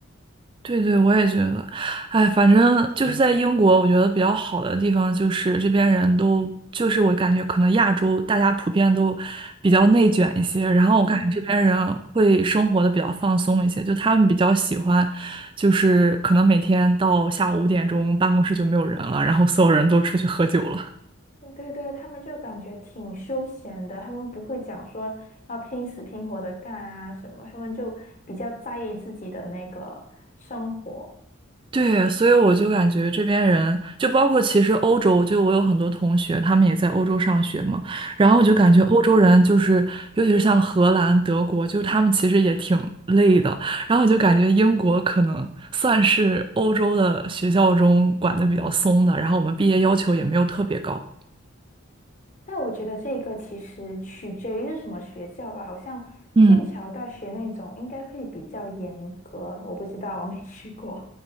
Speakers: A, on the right (about 25°); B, on the left (about 35°).
A: 对对，我也觉得，哎，反正就是在英国，我觉得比较好的地方就是这边人都，就是我感觉可能亚洲大家普遍都比较内卷一些，然后我感觉这边人会生活的比较放松一些，
B: 嗯，
A: 就他们比较喜欢，就是可能每天到下午五点钟办公室就没有人了，然后所有人都出去喝酒了。
B: 对对，他们就感觉挺休闲的，他们不会讲说要拼死拼活的干啊什么，他们就比较在意自己的那个生活。
A: 对，所以我就感觉这边人，就包括其实欧洲，就我有很多同学，他们也在欧洲上学嘛，然后我就感觉欧洲人就是，尤其是像荷兰、德国，就他们其实也挺累的，然后我就感觉英国可能算是欧洲的学校中管的比较松的，然后我们毕业要求也没有特别高。
B: 但我觉得这个其实取决于是什么学校吧，好像剑桥大学那种应该会比较严格，
A: 嗯。
B: 我不知道，我没去过。